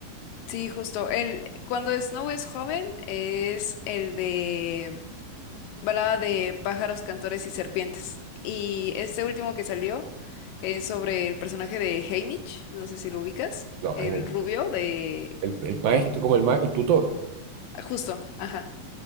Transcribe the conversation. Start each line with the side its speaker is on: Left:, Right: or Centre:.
Left: sí, justo. El, cuando Snow es joven es el de Balada de pájaros, cantores y serpientes. Y este último que salió es sobre el personaje de Haymitch, no sé si lo ubicas,
Right: no,
Left: el
Right: ahí me-
Left: rubio de...
Right: el, el maestro,
Left: eh,
Right: como el, ma- el tutor,
Left: justo, ajá,